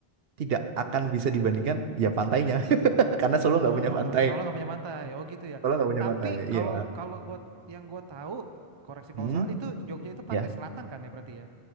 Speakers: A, on the right (about 70°); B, on the right (about 30°).
A: tidak akan bisa dibandingkan ya pantainya, <laughs> karena Solo nggak
B: Eh,
A: punya pantai.
B: soalnya nggak punya pantai. Oh gitu ya.
A: Solo nggak punya
B: Tapi
A: pantai,
B: kalau
A: iya.
B: kalau gua yang gua tahu, koreksi
A: Hmm?
B: kalau salah itu Jogja itu pantai
A: Ya,
B: selatan kan ya berarti ya.